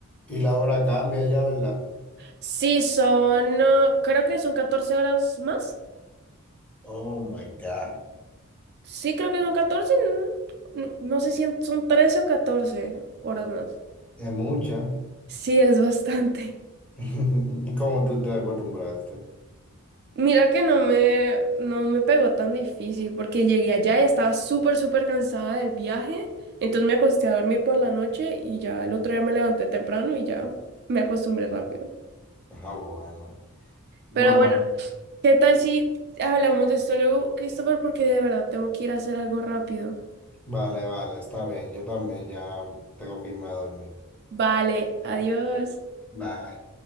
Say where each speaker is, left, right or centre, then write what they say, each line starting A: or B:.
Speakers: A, in the centre; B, on the right.
A: Y la hora cambia ya, ¿verdad?
B: Sí, son, eh, creo que son 14 horas más.
A: Oh my God.
B: Sí, creo que son 14. ¿no? No no sé si en- son 13 o 14 horas más.
A: Es mucha.
B: Sí, es bastante.
A: <laughs> ¿Y cómo tú te acostumbraste?
B: <laughs> Mira que no me, no me pegó tan difícil porque llegué allá y estaba súper, súper cansada del viaje. Entonces me acosté a dormir por la noche y ya el otro día me levanté temprano y ya me acostumbré rápido.
A: Ah, bueno. Bueno,
B: Pero bueno, ¿qué tal si hablamos de esto luego, Christopher? Porque de verdad tengo que ir a hacer algo rápido.
A: vale, vale, está bien. Yo también ya tengo que irme a dormir.
B: Vale, adiós.
A: Bye.